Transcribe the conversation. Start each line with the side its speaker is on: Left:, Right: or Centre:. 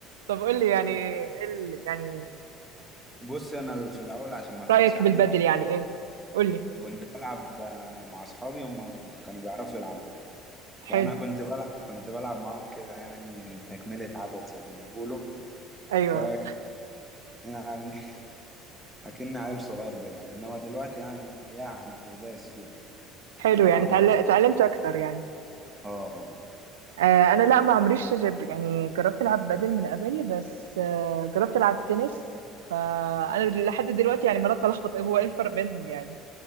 Right: طب قول لي يعني ايه ال- يعني
Centre: بص أنا في الأول عشان ما أضحكش
Right: رأيك
Centre: عليك
Right: بالبادل يعني ايه قول لي
Centre: كنت بلعب آه، مع أصحابي هم كانوا بيعرفوا يلعبوا
Right: حلو
Centre: فانا كنت بلعب كنت بلعب معاهم كده يعني تكملة عدد زي ما بيقولوا
Right: ايوه
Centre: ف يعني <laughs> اكن عيل صغير بيلعب انما دلوقتي يعني يعني داس فيها
Right: حلو
Centre: بنلعب
Right: يعني اتعل-
Centre: انا
Right: اتعلمت
Centre: وأص-
Right: اكتر يعني
Centre: اه اه
Right: آه، انا لا ما عمريش جب- يعني جربت العب بادل من قبل بس آه، جربت العب تنس فانا لحد دلوقتي يعني مرات بلخبط إيه هو ايه الفرق بينهم يعني